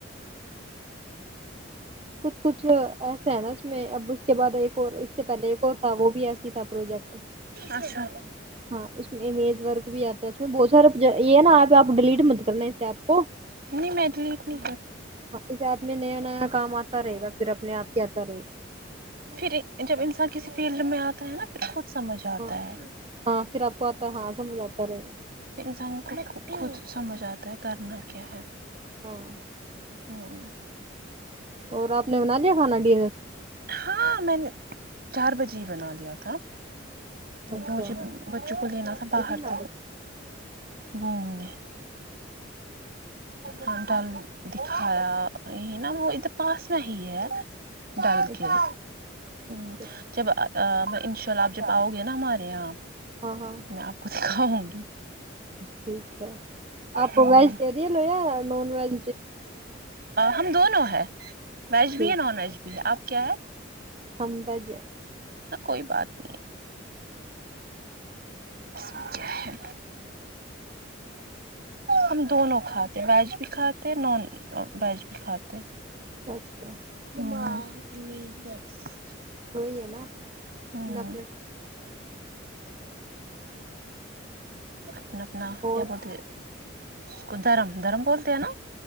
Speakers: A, on the right; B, on the right.
A: کچھ کچھ ایسے ہے نا اس میں اب اس کے بعد ایک اور اس سے پہلے ایک اور تھا وہ بھی ایسے تھا پروجیکٹ
B: اچھا
A: ہاں اس میں امیز ورک بھی آتا ہے اس میں بہت سارا یہ ہے نا ایپ آپ ڈیلیٹ مت کرنا اس ایپ کو
B: نہیں میٹلیتنی
A: ہ اس آپ میں نیا نیا کام آتا رہے گا پھر اپنے آپ کے آتا رہے گا
B: پھر جب انسان کسی فیلڈ میں آتا ہے نا پھر خود سمجھ
A: گا
B: آتا
A: ہاں
B: ہے
A: ہاں پھر آپ کو آتا ہاں سمجھ آتا رہے گا
B: پھر انسان کو ک سمجھ آتا ہے کرنا کیا ہے
A: ہاں
B: ہوں
A: اور آپ نے بنا لیا کھانا ڈنر
B: ہاں میں نے چار بجے ہی بنا لیا تھا کیک
A: اچھا
B: مجھے بچوں کو لینا تھا
A: اچھا
B: باہر سےک گھومنے کانٹ دکھایا یہ نا وہ اھر پاس میں ہی ہے ڈال کےل
A: اچھا
B: ہ
A: اچھا
B: جب ان شاء اللہ آپ جب آؤ گے نا ہمارے یہاں
A: ہاں ہاں
B: میں آپ کو دکھاؤں گی
A: ٹھیک ہے آپ
B: ہوں
A: ویجٹیرین ہو یایا نان ویج
B: ہم دونوں ہے ویج
A: ٹھیک
B: بھی نان ویج بھی ہے آپ کیا ہے
A: ویج ہیں
B: کوئی بات نہیں میں کیا ہے ہم دونوں کھاتے ویج بھی کھاتے ہیں نان ویج بھی کھاتے
A: اچھا
B: <inaudible>
A: وہی ہے نا اتنا
B: ہوں
A: اپ <inaudible>
B: اپنا اپنا
A: اور
B: کیا بولتے ہیں اس کو دھرم دھرم بولتے ہیں نا